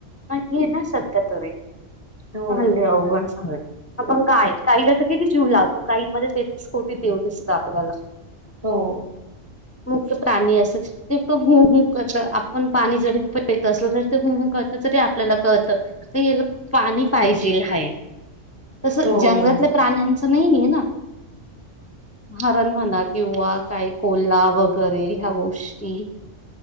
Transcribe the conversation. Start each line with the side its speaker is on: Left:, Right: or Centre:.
Left: नाही हे ना सध्या तरी चालले
Right: हो बरोबर
Left: अवघण
Right: आहे
Left: सगळं. आपण गाय गायीला तर किती जीव लावतो काही मध्ये तेहतीस् कोटी देव दिसतं आपल्याला,
Right: हो.
Left: मुक्त प्राणी असं, ते पण हू हू करतं, आपण पाणी जरी पीत असलं तर ते हु हू कर तच ते आपल्याला कळत याला पाणी पाहिजेल हाय. तसं
Right: हो
Left: जंगलातल्या
Right: हो
Left: प्राण्यांचं नाहीये ना. हरण म्हणा किंवा काय कोल्हा वगैरे ह्या गोष्टी